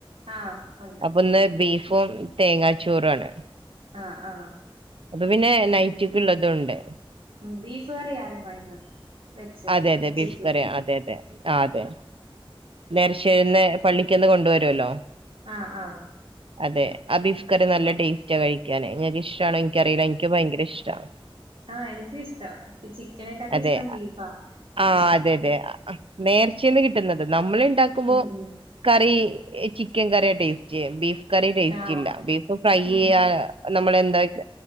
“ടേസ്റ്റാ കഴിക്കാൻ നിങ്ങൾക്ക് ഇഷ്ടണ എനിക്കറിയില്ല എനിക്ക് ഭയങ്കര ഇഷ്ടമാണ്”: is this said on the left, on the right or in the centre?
Right